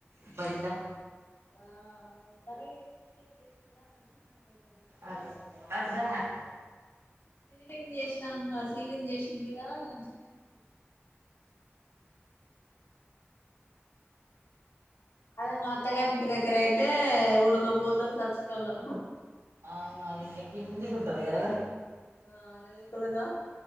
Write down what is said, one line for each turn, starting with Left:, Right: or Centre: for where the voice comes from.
Right: ఉబ్బరీత? <inaudible>
Left: ఆ కానీ సీలింగ్ చేసిండ్రు గా మంచిగానే ఉంది
Right: అర్ అర్థం కావట్లే
Left: సీలింగ్ చేసినాంగ సీలింగ్ చేసిందిగా మంచిగ్నే వుంది అదే మా అత్తగారి ఇంటి దగ్గర అయితే ఉడకపోతది సచ్చేటోలం.
Right: అవును అది ఇంకా కిందికి ఉటంది కదరా!
Left: ఆ రేకులుగా.